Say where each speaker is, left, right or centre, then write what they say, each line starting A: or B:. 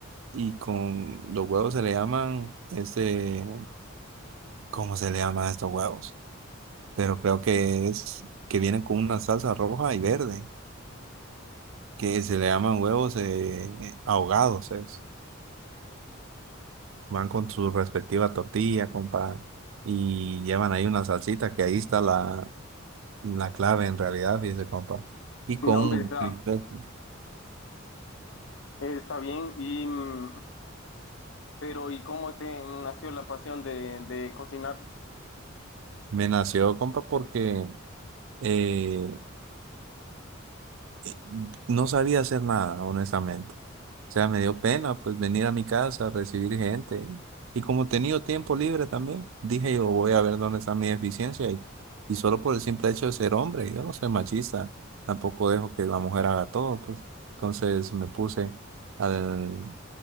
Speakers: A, on the right; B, on the left.
A: Y con los huevos se le llaman, este, ¿cómo se le llama a estos huevos? Pero creo que es que vienen con una salsa roja y verde, que se le llaman huevos eh, ahogados, es. Van con su respectiva tortilla, compa, y llevan ahí una salsita, que ahí está la, la clave en realidad, fíjese, compa. Y con
B: no,
A: un,
B: hombre, está,
A: Sí.
B: Eh, Está bien, y mm, pero ¿y cómo te nació la pasión de, de cocinar?
A: me nació, compa, porque eh, eh, No sabía hacer nada, honestamente. O sea, me dio pena pues venir a mi casa a recibir gente. Y como he tenido tiempo libre también, dije yo voy a ver dónde está mi deficiencia. Y, y solo por el simple hecho de ser hombre, yo no soy machista, tampoco dejo que la mujer haga todo, pues. Entonces me puse al,